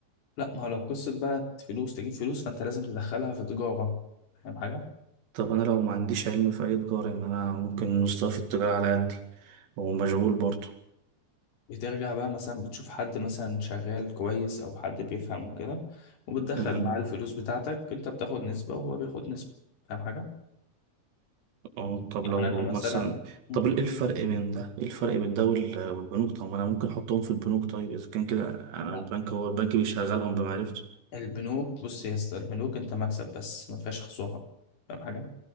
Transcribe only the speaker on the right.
طب انا لو ما عنديش علم في اي تجاره يعني انا ممكن مستوى في التجاره على قدي ومشغول برضه
أمم.
اه طب
لو
مثلا
طب ايه الفرق بين ده ايه الفرق بين ده وال- والبنوك طب ما انا ممكن احطهم في البنوك طيب اذا كان كده انا
البنك هو البنك بيشغلهم بمعرفته